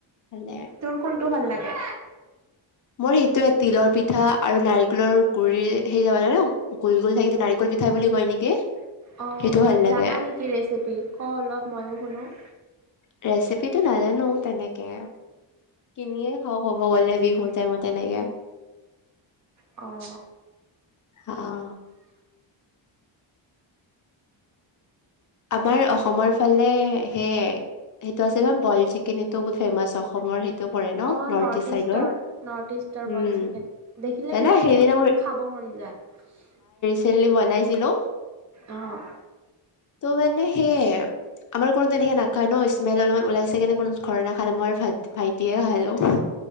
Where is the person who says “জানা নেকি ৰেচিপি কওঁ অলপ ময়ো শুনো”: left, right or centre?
Right